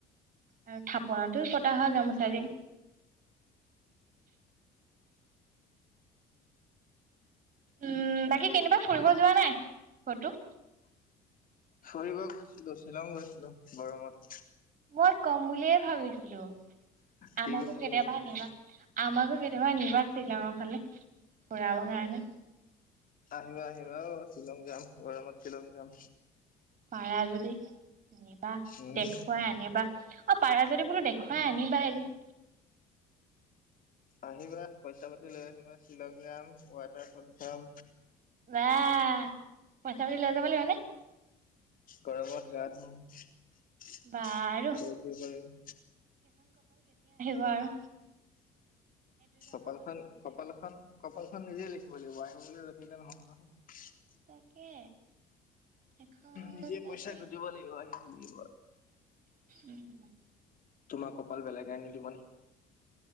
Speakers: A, on the right; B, on the left.
A: আৰু থাপনাটো পতা হয়, গামোচাৰে উম, বাকী কেনিবা ফুৰিব যোৱা নাই ক'তো?
B: ফৰিব গৈছিলোঁ, শ্বিলং গৈছিলোঁ গৰমত।
A: মই কম বুলিয়ে ভাবিছিলোঁ। আমাকো
B: কি কৰিম বুলি
A: কেতিয়াবা
B: ভাবিছিলি
A: নিবা, আমাকো কেতিয়াবা নিবা শ্বিলংৰ ফালে। ফুৰাবৰ কাৰনে।
B: আহিবা, আহিবা অ', শ্বিলং যাম। <unintelligible> শ্বিলং যাম।
A: পাৰা যদি নিবা,
B: উম
A: দেখুৱাই আনিবা। অ', পাৰা যদি বোলো দেখুৱাই আনিবা এদিন।
B: আহিবা, পইচা পাতি লৈ আহিবা, শ্বিলং যাম, ৱাটাৰফল চাম।
A: বা পইচা পাতি লৈ যাব লাগিবনে?
B: গৰমত গা ধুম, <unintelligible>
A: বাৰু
B: কৰিম।
A: বাৰু
B: কপালখন, কপালখন, কপালখন নিজে লিখিব লাগিব আহিব বুলি ৰৈ কিমান <unintelligible>
A: তাকে। এখন
B: নিজে
A: তাকে
B: পইচা ঘটিব লাগিব, হয়। শনিবাৰ।
A: উম,
B: তোমাৰ কপাল বেলেগ আনি দিব নি?